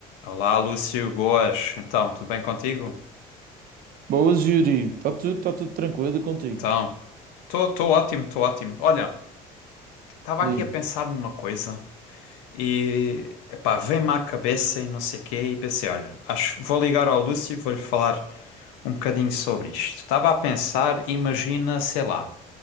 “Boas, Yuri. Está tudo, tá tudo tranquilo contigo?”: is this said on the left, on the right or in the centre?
Right